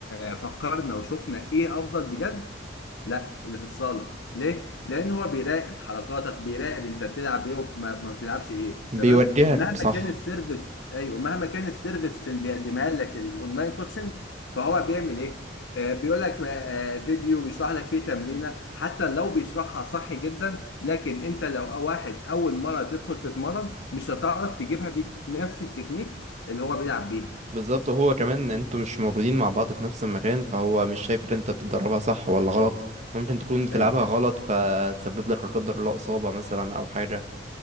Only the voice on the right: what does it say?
بيوجهك
صح
بالظبط وهو كمان انتوا مش موجودين مع بعض في نفس المكان فهو مش شايف ان انت بتدربها صح ولا غلط ممكن تكون بتلعبها
غلط فتسبب لك لا قدر الله اصابة مثلا او حاجة